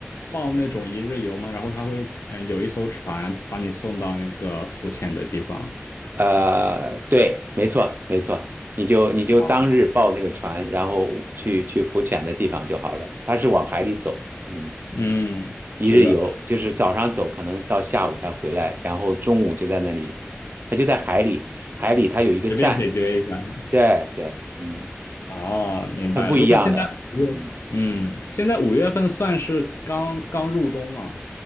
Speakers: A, on the left; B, on the right.
A: 报那种一日游吗？然后他会嗯、呃有一艘船把你送到那个浮潜的地方。
B: 呃，对，没错，没错，你就你就当日报那个船，
A: 哦
B: 然后去去浮潜的地方就好了。它是往海里走，嗯，
A: 嗯，
B: 一日游，
A: 是的，
B: 就是早上走，可能到下午才回来，然后中午就在那里，它就在海里，海里它有一个站，
A: 随便解决一下。
B: 对对，嗯，
A: 哦，明白了。
B: 很不一样的，
A: 如果现在五月，
B: 嗯。
A: 嗯，现在五月份算是刚刚入冬嘛？